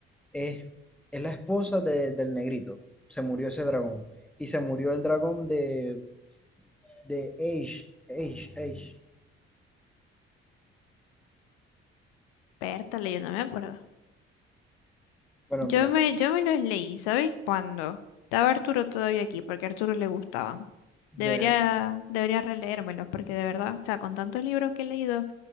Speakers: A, in the centre; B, on the left.
A: es, es la esposa de- del negrito. Se murió ese dragón. Y se murió el dragón de, de Age, Age, Age.
B: Pértale, yo no me acuerdo.
A: Bueno,
B: Yo
A: mira,
B: me, yo me los leí, ¿sabes cuándo? Estaba Arturo todavía aquí, porque a Arturo le gustaban.
A: ver,
B: Debería, debería releérmelos, porque de verdad, o sea, con tantos libros que he leído,